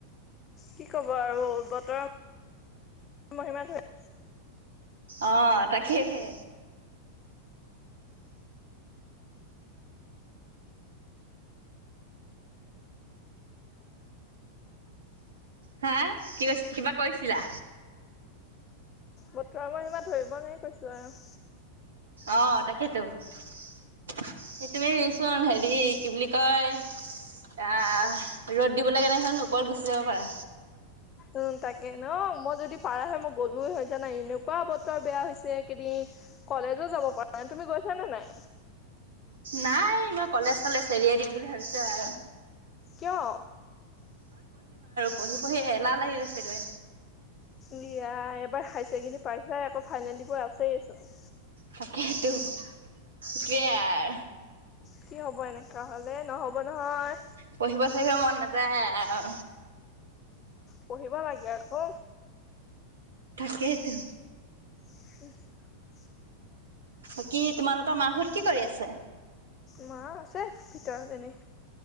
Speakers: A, on the left; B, on the right.
A: কি ক'ব আৰু বতৰৰ মহিমা ধৰি
B: অঁ তাকেহে। হা কি কৈচ কিবা কৈছিলা।
A: বতৰৰ মহিমা ধৰিব নোৱাৰি কৈছো আৰু।
B: অঁ তাকেইতো সেইটোৱেচোন হেৰি কি বুলি কয় আহ ৰ'দ দিবলৈ ওপৰত গুচি যাব পাৰা।
A: উম, তাক কে ন মই যদি পাৰা হয় মই গ'লো হয় জানা এনেকুৱা বতৰ বেয়া হৈছে কেইদিন কলেজো যাব পৰা নাই তুমি গৈচা নে নাই।
B: নাই মই কলেজ ফালে চেলিয়াই দিম বুলি ভাবিচো আৰু।
A: কিয়।
B: পঢ়ি-পঢ়ি এলাহ লাগি গৈছেগৈ।
A: লিয়া এপ এবাৰ হাইচেকেনদাৰি পাইছাহে আকৌ ফাইনেল দিব আছেই চোন।
B: তাকেইতো, সেইটোয়ে আৰ।
A: কি হ'ব এনেকা হ'লে নহ'ব নহয়।
B: পঢ়িব চ়হিব মন নাযায়। অঁ।
A: পঢ়িব লাগে আকৌ।
B: তাকেইতো।
A: <inaudible>
B: বাকী তোমালোকৰ মাহত কি কৰি আছে।
A: মা আছে ভিতৰত এনেই।